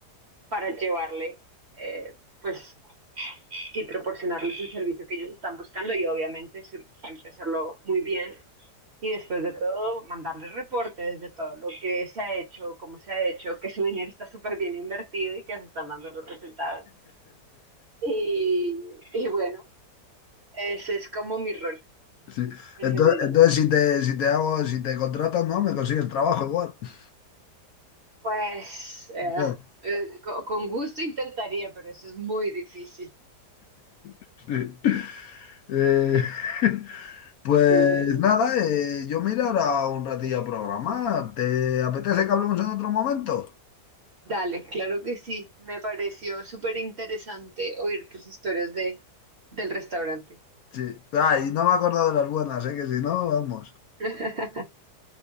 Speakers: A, on the right; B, on the left.
A: para llevarle eh, pues y proporcionarles el servicio que ellos están buscando y obviamente siempre hacerlo muy bien. Y después de todo, mandarles reportes de todo lo que se ha hecho, cómo se ha hecho, que su dinero está súper bien invertido y que se están dando los resultados. Y, y bueno, ese es como mi rol
B: Sí.
A: en
B: Entonces,
A: general.
B: entonces si te, si te hago, si te contratan, no, me consigues trabajo igual. <laughs>
A: Pues eh,
B: Ya.
A: eh, co- con gusto intentaría, pero eso es muy difícil.
B: Sí, sí. Eh, <laughs> pues
A: Sí, eso
B: nada, eh, yo me iré ahora un ratillo a programar. ¿Te apetece que hablemos en otro momento?
A: Dale, claro que sí. Me pareció súper interesante oír tus historias de, del restaurante.
B: Sí. Ay, no me he acordado de las buenas, ¿eh? Que si no, vamos.
A: <laughs>